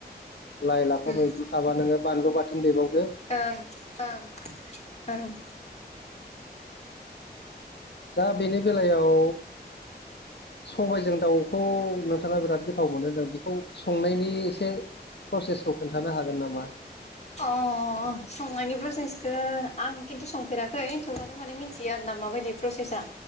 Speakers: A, on the left; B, on the left.
A: लाइ लाफा
B: उम
A: मैद्रु थाबा नोङो बानलु बाथोन देबाव
B: ओं ओं ओं।
A: दा बेनि बेलायाव सबायजों दाउखौ नोंथांङा बिराद गोथाव मोनो होनदों बेखौ संनायनि एसे प्रसेसखौ खोन्थानो हागोन नामा
B: अ संनायनि प्रसेसखौ आं खिन्थु संफेराखै थेवबाबो माने मिथियो आरो ना माबायदि प्रसेसा।